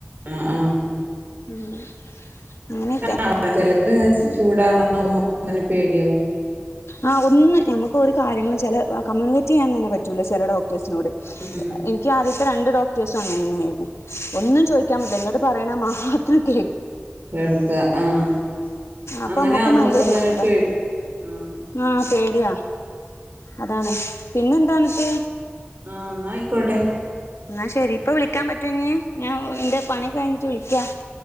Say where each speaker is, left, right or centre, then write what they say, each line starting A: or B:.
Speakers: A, on the right; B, on the left.
A: ആഹ് ആഹ്
B: ഉം അങ്ങനെ
A: ആ ചെലരങ്ങനെ ചൂടാവണ <unintelligible> അങ്ങനെ പേടിയാവും
B: ആഹ് ഒന്ന് നമക്ക് ഒരു കാര്യങ്ങള് ചെല ആഹ് കമ്മ്യൂണിക്കേറ്റ് ചെയ്യാൻ തന്നെ പറ്റൂല ചെല ഡോക്ടേഴ്സിനോട്
A: ഉം
B: എനിക്ക് ആദ്യ ഇപ്പ രണ്ട് ഡോക്ടേഴ്സ് ആന്ന് തോന്നുന്നു വെരുന്നെ ഒന്നും ചോയിക്കാൻ പറ്റില്ല ഇങ്ങട് പറയണ മാത്രം കേ
A: എവിടുത്ത ആഹ്
B: അപ്പൊ
A: അങ്ങനെ
B: നമ്മുക്കും
A: ആവുമ്പോക്കെന്നന്നെയൊരു
B: ഭയങ്കര ബുദ്ധിമുട്ടാ
A: പേടി ആഹ്
B: ആ പേടിയാ അതാണ് പിന്നെ എന്താണനക്ക്
A: ആ എന്നായിക്കോട്ടെ
B: എന്നാ ശെരി ഇപ്പ വിളിക്കാൻ പറ്റോ ഇനി ഞാൻ എന്റെ പണി കയിഞ്ഞിട്ട് വിളിക്കാ